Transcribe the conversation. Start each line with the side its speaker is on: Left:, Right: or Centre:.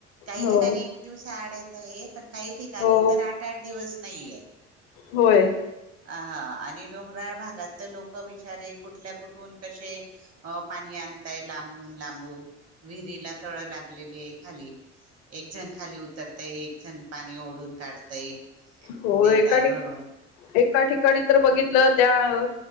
Right: काही
Left: हो.
Right: ठिकाणी एक दिवसा आड येत आहे पण काही ठिकाणी
Left: हो
Right: तर आठ आठ दिवस नाहीये.
Left: होय
Right: अ हा आणि डोंगराळ भागात तर लोक बिचारे कुठल्या कुठून कसे, अ पाणी आणताय लांबून लांबून, विहिरीला तळ लागलेले आहे खाली. एक जण खाली उतरतेय एक जण पाणी ओढून काढतय.
Left: हो
Right: देतय
Left: एका ठिकाणी
Right: भरून
Left: एका ठिकाणी तर बघितलं त्या-